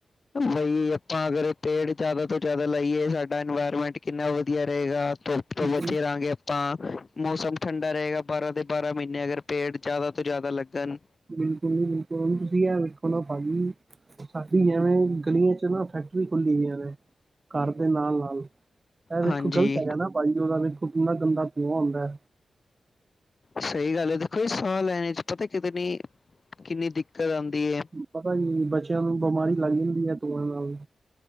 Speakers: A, on the left (about 50°); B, on the right (about 35°).
A: ਬਈ, ਆਪਾਂ ਅਗਰ ਪੇੜ ਜਿਆਦਾ ਤੋਂ ਜਿਆਦਾ ਲਾਈਏ ਸਾਡਾ ਇਨਵਾਇਰਮੈਂਟ ਕਿੰਨਾ ਵਦੀਆ ਰਏਗਾ ਧੁੱਪ ਤੋਂ
B: ਬਿਲਕੁਲ,
A: ਬਚੇ ਰਾਂਗੇ ਆ ਤਾਂ, ਮੌਸਮ ਠੰਡਾ ਰਏਗਾ ਬਾਰਾਂ ਦੇ ਬਾਰਾਂ ਮਹੀਨੇ ਅਗਰ ਪੇੜ ਜ਼ਿਆਦਾ ਤੋਂ ਜ਼ਿਆਦਾ ਲੱਗਨ
B: ਬਿਲਕੁਲ ਜੀ ਬਿਲਕੁਲ, ਤੁਸੀਂ ਐਹ ਵੇਖੋ ਨਾ ਭਾਜੀ ਸਾਡੀ ਐਵੇਂ, ਗਲੀਆਂ ਚ ਨਾ ਫੈਕਟਰੀ ਖੁੱਲੀ ਈ ਐਵੇਂ ਘਰ ਦੇ ਨਾਲ-ਨਾਲ, ਏਹ ਵੇਖੋ
A: ਹਾਂਜੀ
B: ਗ਼ਲਤ ਹੈਗਾ ਨਾ ਭਾਜੀ ਓਦਾ ਵੇਖੋ ਕਿੰਨਾ ਗੰਦਾ ਧੂੰਆਂ ਹੂੰਦੈ।
A: ਸਈ ਗੱਲ ਐ ਦੇਖੋ ਜੀ ਸਾਹ ਲੈਣੇ ਚ ਪਤਾ ਏ ਕਿਤਨੀ, ਕਿੰਨੀ ਦਿੱਕਤ ਆਂਦੀ ਏ।
B: ਪਤਾ ਜੀ ਬੱਚਿਆਂ ਨੂੰ ਬਿਮਾਰੀ ਲੱਗ ਜਾਂਦੀ ਐ ਧੂੰਏਂ ਨਾਲ,